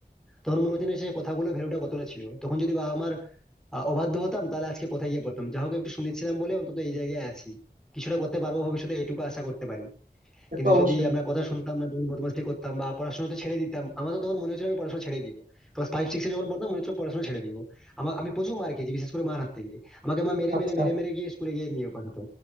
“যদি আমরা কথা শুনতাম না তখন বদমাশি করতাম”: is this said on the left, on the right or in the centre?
Centre